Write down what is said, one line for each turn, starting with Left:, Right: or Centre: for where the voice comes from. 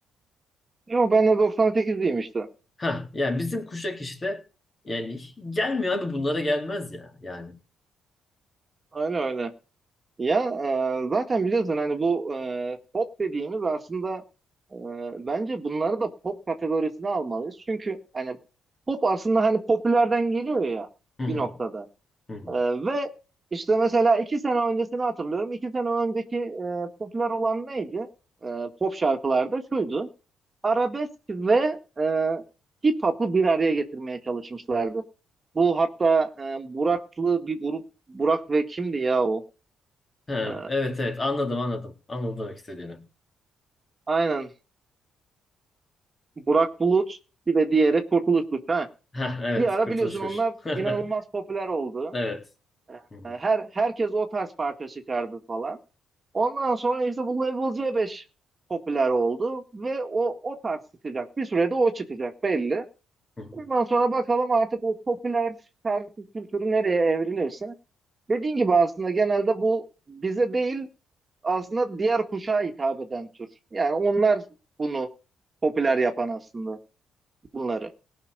Right: Yok ben de 98'liyim işte.
Left: Ha yani bizim kuşak işte yani gelmiyor abi bunlara gelmez ya yani.
Right: Öyle öyle. Ya e, zaten biliyorsun hani bu e, pop dediğimiz aslında e, bence bunları da pop kategorisine almalıyız. Çünkü hani pop aslında hani popülerden geliyor ya
Left: Hı hı,
Right: bir noktada.
Left: hı hı.
Right: E, ve işte mesela iki sene öncesini hatırlıyorum. İki sene önceki e, popüler olan neydi? E, pop şarkılarda şuydu. Arabesk ve e, hip hop'u bir araya getirmeye çalışmışlardı. Bu hatta e, Burak'lı bir grup Burak ve kimdi ya o?
Left: Ha,
Right: E,
Left: evet evet anladım anladım. Anladım demek istediğini.
Right: Aynen. Burak Bulut bir de diğeri Kurtuluş Kuşu. Ha.
Left: Ha evet
Right: Bir ara
Left: Kurtuluş
Right: biliyorsun
Left: Kuş.
Right: onlar inanılmaz
Left: <laughs>
Right: popüler oldu.
Left: Evet.
Right: Ee,
Left: Hı hı,
Right: Her herkes o tarz parça çıkardı falan. Ondan sonra işte bu Level C5 popüler oldu ve o o tarz çıkacak. Bir sürede o çıkacak belli.
Left: hı hı.
Right: Ondan sonra bakalım artık o popüler şarkı kültürü nereye evrilirse. Dediğin gibi aslında genelde bu bize değil aslında diğer kuşağa hitap eden tür. Yani onlar bunu popüler yapan aslında. bunları.